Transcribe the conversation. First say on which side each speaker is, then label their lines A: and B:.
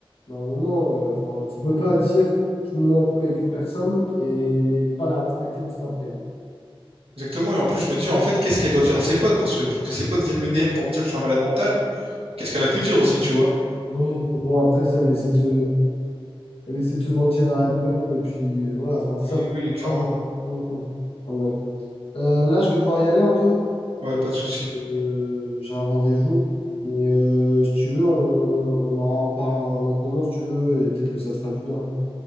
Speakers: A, on the left (about 80°); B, on the right (about 80°).
A: Mais à un moment, euh, enfin, tu peux pas dire je me mets en couple avec une personne et pas la respecter juste après.
B: Exactement. Et en plus, je me dis, en fait, qu'est-ce qu'elle doit dire à ses potes? Parce que pour que ses potes viennent me DM pour me dire que je suis un malade mental, qu'est-ce qu'elle a pu dire aussi, tu vois?
A: Non, bon, après ça, elle essaie de se Elle essaie de se mentir à elle-même, et puis euh, voilà, enfin, ça,
B: Mais
A: faut
B: oui, clairement.
A: vraiment prendre en compte. Enfin, bref. Euh, là, je vais devoir y aller, Anto.
B: Ouais,
A: Euh,
B: pas de souci.
A: euh, j'ai un rendez-vous, mais euh, si tu veux, on, on en parle à un autre moment, si tu veux, et peut-être que ça te fera du bien.